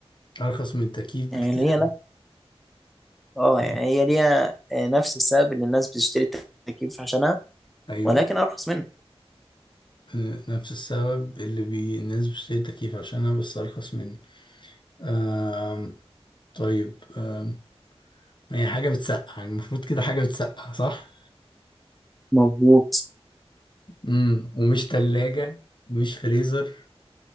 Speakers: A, on the left; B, in the centre.
A: أرخص من التكييف
B: يعني
A: بكتير
B: اللي هي نفس
A: أوي
B: اه
A: مم.
B: يعني هي ليها آه، نفس السبب اللي الناس بتشتري التكييف عشانها
A: أيوه
B: ولكن أرخص منه
A: أه، نفس السبب اللي بي... الناس بتشتري التكييف عشانها بس أرخص مني أم... طيب أم... هي حاجة بتسقع المفروض كده حاجة بتسقع صح؟
B: مظبوط
A: امم ومش تلاجة مش فريزر